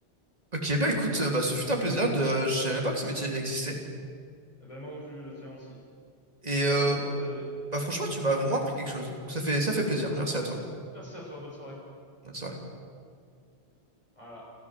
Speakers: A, on the right (about 35°); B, on the left (about 30°).
A: Ok, bah écoute, euh, bah, ce fut un plaisir. De... euh, Je savais même pas que ce métier existait.
B: Eh ben, moi non plus, le tien aussi.
A: Et
B: C'était
A: euh,
B: un plaisir partagé.
A: bah, franchement, tu m'as vraiment appris quelque chose. Donc, ça fait, ça fait plaisir. Merci
B: À toi aussi.
A: à toi.
B: Merci à toi. Bonne soirée.
A: Bonne soirée.
B: Voilà.